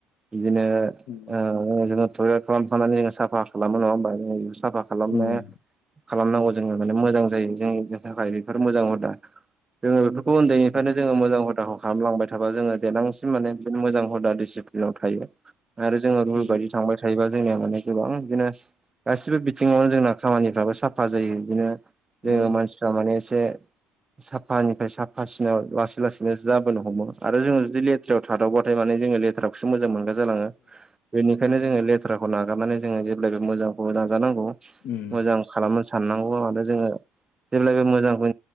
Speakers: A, on the right; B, on the left.
A: बिदिनो
B: उम
A: ओ जोङो थयलेट खालामखांनानै जोङो साफा खालामो नङा होबा जोङो बेखौ साफा खालामनो
B: उम
A: खालामनांगौ जोङो माने मोजां जायो जोंनिनो थाखाय बेफोर मोजां हुदा। जोङो बेफोरखौ ओनदैनिफ्रायनो
B: औ
A: जोङो मोजां हुदाखौ खालामलांबाय थाबा जोङो देनांसिम माने बिदिनो मोजां हुदा डिसिप्लिनाव थायो आरो जोङो रुल
B: उम औ
A: बायदि थांबाय थायोबा जोंनिया माने गोबां बिदिनो गासिबो बिथिङावनो जोंना खामानिफ्राबो साफा जायो बिदिनो जोङो
B: औ
A: मानसि माने एसे साफानिफ्राय साफासिनायाव लासै लासैनो जाबोनो हमो आरो जोङो जुदि ले थ्रायाव थादावबाथाय माने जोङो लेथ्रा खौसो मोजां मोनग्रा जालाङो बेनिखायनो जोङो लेथ्राखौ नागारनानै जोङो जेब्लायबो मोजांखौ नाजानांगौ
B: उम
A: मोजां खालामनो साननांगौ आरो जोङो जेब्लायबो मोजांखौ